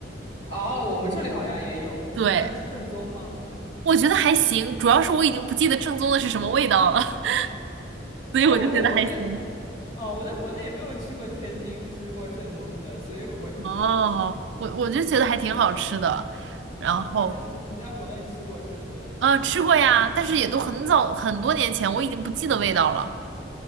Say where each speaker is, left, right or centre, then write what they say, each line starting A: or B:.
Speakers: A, on the left; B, on the right.
A: 哦，我们这里好像也有，你们那儿正宗吗？
B: 对，我觉得还行，主要是我已经不记得正宗的是什么味道了，<laughs> 所以我就觉得还行。
A: 只有我在国内，哦，我在国内也没有去过天津吃过正宗的，所以我也觉得还行。
B: 哦，我我就觉得还挺好吃的，然后
A: 啊，你在你在国内吃过正宗的？
B: 呃吃过呀，但是也都很早很多年前，我已经不记得味道了。